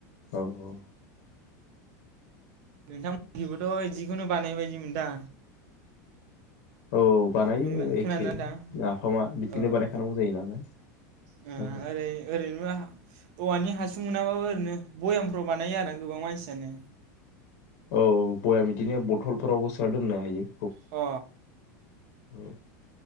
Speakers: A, on the left; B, on the right.
A: औ औ
B: नोंथांमोननिखैबोथ' इदिखौनो बानायो बायदि मोनदां।
A: औ बानायो
B: नों खोनादोंना
A: एखे
B: नोंथां?
A: नाफामा बिदिनो
B: ओ
A: बानायखानांगौ जायो नालाय
B: ओ
A: औ ‌
B: ओरै ओरैनोबा औवानि हासुं मोनाबाबो ओरैनो बयामफ्राव बानायो आरो गोबां मानसियानो।
A: औ बयाम बिदिनो बथलफोरावबो सोना दोननो हायो।
B: अ
A: औ